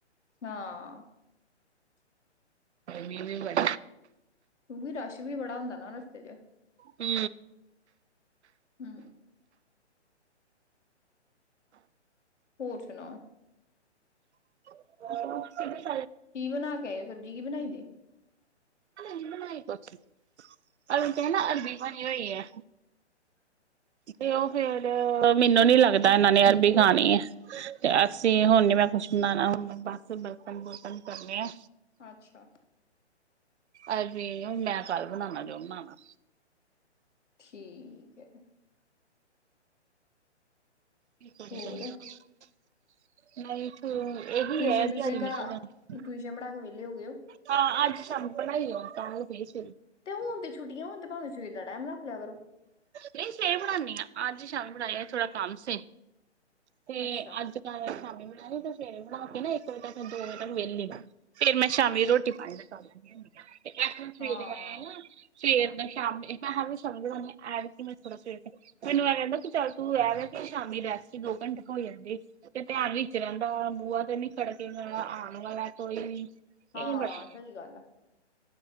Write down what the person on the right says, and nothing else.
ਮੀ ਵੀ ਬੜ
ਹੂੰ,
<unintelligible>
ਅ ਨਈ ਬਨਾਣੀ ਕੁਝ ਅਲ ਕੇ ਨਾ ਅਰਬੀ ਬਣੀ ਹੋਈ ਹੈ। ਤੇ ਉਹ ਫੇਰ ਮੈਨੂੰ ਨੀ ਲੱਗਦਾ ਇਹਨਾਂ ਨੇ ਅਰਬੀ ਖਾਣੀ ਹੈ। ਤੇ ਅਸੀਂ ਹੁਣ ਨੀ ਮੈਂ ਕੁਛ ਬਨਾਣਾ ਹੁਣ, ਬਸ ਬਰਤਨ- ਬੁਰਤਨ ਕਰਨੇ ਆਂ।
ਅ ਵੀ ਹ ਮੈਂ ਕੱਲ ਬਣਾਣਾ ਜੋ ਬਣਾਣਾ।
<unintelligible>
ਨਹੀਂ <unintelligible> ਇਹੀ
ਹੈ
ਬਾਰੀ ਨਿਕਲ
ਜਾਣੀ।
ਹਾਂ ਅੱਜ ਸਾਮ ਬਣਾਈ ਆ। <unintelligible>
ਨਹੀਂ ਸਵੇਰੇ ਪੜ੍ਹਾਦੀ ਆ। ਅੱਜ ਹੀ ਸ਼ਾਮ ਪੜ੍ਹਾਦੀ ਆ, ਥੋੜਾ ਕੰਮ ਸੀ। ਤੇ
ਅੱਜ ਕੱਲ ਸ਼ਾਮੀ ਬਣਾਣੀ ਤੇ ਫੇਰ ਬ ਕੇ ਨਾ ਇੱਕ ਵਜੇ ਤੱਕ ਫਿਰ ਦੋ ਵਜੇ ਤੱਕ ਵਿਹਲੀ ਵ ਫੇਰ ਮੈਂ ਸ਼ਾਮੀ ਰੋਟੀ
ਪਾ ਲ ਸ <unintelligible> ਕਲਾਸ
<unintelligible> ਸਵੇਰ ਦਾ ਸ਼ਾਮ ਮੈਂ ਕਿਹਾ ਵੀ ਸੌ ਗਏ ਹੋਣੇ। ਐਤਕੀ ਕੇ ਮੈਂ ਥੋੜ੍ਹਾ ਸਵੇਰ ਮੈਨੂੰ ਇਹ ਕਹਿੰਦਾ ਕਿ ਚੱਲ ਤੂੰ ਇਹ ਵੈ ਕੇ ਸ਼ਾਮੀ ਰੈਸਟ ਦੋ ਘੰਟੇ ਹੋ ਜਾਂਦੀ ਤੇ ਧਿਆਨ ਵਿੱਚ ਰਹਿੰਦਾ ਬੂਆ ਤੇ ਨੀ ਖੜ ਕਿਆ ਆਉਣ ਵਾਲਾ ਕੋਈ
ਇਹ ਬੜਾ